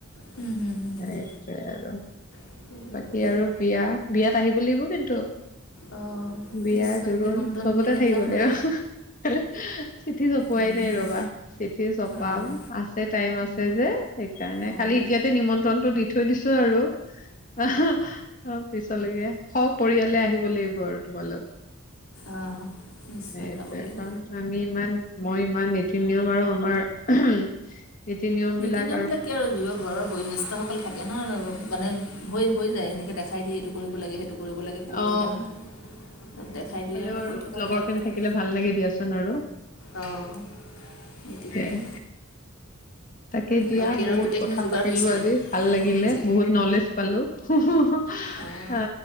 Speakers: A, on the left (about 85°); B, on the left (about 40°).
A: হুম হুম হুম
B: সেইটোৱে
A: হুম
B: আৰু
A: এই
B: বাকী
A: বুলি
B: আৰু বিয়া বিয়াত আহিব লাগিব কিন্তু
A: অঁ
B: বিয়া,
A: নিশ্চয়
B: জোৰোণ
A: নিমন্ত্ৰণ
B: চবতে
A: দিলে
B: থাকিব
A: যাম
B: লাগিব
A: বাৰু
B: অ হ হ--হে হে চিঠি চপোৱাই
A: নিমন্ত্ৰণ
B: নাই ৰ'বা, চিঠি চপাম
A: অঁ
B: আছে টাইম আছে যে, সেইকাৰণে।
A: অঁ
B: খালী এতিয়াতে নিমন্ত্ৰণটো দি থৈ দিছোঁ আৰু। অহ অ পিছত লৈকে স পৰিয়ালে আহিব লাগিব আৰু তোমালোক।
A: অঁ নিশ্চয়
B: সেইটোই
A: যাব লাগিব
B: এখন আমি ইমান মই ইমান নীতি-নিয়ম আৰু আমাৰ- <unintelligible> নিয়ম
A: নীতি
B: বিলাক
A: নিয়মবিলাক কি আৰু যিবোৰ ঘৰৰ বয়োজ্যেষ্ঠসকল থাকে ন মানে হৈ হৈ যায় সেনেকৈ দেখাই দিয়ে এইটো কৰিব লাগে সেইটো কৰিব লাগে কৈ
B: অ
A: থাকে ন চব দেখাই দিয়ে
B: হ'লেও আৰু
A: কৰি থকা
B: লগৰ
A: যায় আৰু
B: খিনি
A: তেনেকৈ
B: থাকিলে ভাল লাগে দিয়াচোন আৰু
A: অঁ নীতি নিয়ম
B: সেইটোৱে তাকে দিয়া
A: বাকী আৰু
B: বহুত
A: গোটেইখিনি
B: কথা
A: যোগাৰ
B: পাতিলোঁ
A: হৈছে
B: আজি
A: আৰু
B: ভাল লাগিলে,
A: চাগে
B: বহুত নলেজ পালোঁ। <unintelligible>
A: অঁ
B: অ